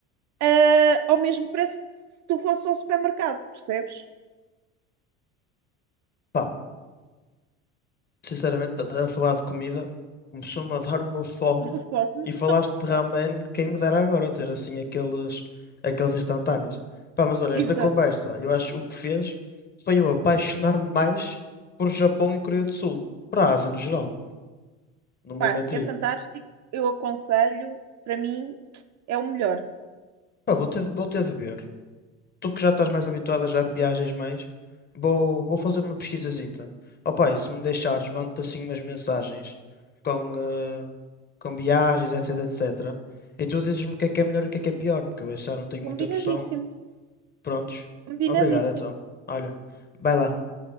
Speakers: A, on the right; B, on the left.
A: eh, ao mesmo preço que se tu fosse ao supermercado, percebes?
B: Pá. Sinceramente, a a falar de comida, começou-me a dar uma fome
A: Conforme.
B: e falaste de ramen, quem me dera agora ter assim aqueles, aqueles instantâneos. Pá, mas olha,
A: Exato.
B: esta conversa, eu acho que o que fez foi eu apaixonar-me mais por Japão e Coreia do Sul, para a Ásia no geral, não
A: Pá,
B: vou mentir.
A: é fantástico, eu aconselho, para mim é o melhor.
B: Pá, vou ter, vou ter de ver tu que já estás mais habituada, já viajas mais, vou, vou fazer uma pesquisazita. Opa, e se me deixares, mando-te assim umas mensagens com, eh, com viagens, etc, etc. E tu dizes-me o que é que é melhor e o que é que é pior, porque eu já não tenho
A: Combinadíssimo,
B: muita noção. Prontos?
A: combinadíssimo.
B: Obrigado, então. Olha, vai lá.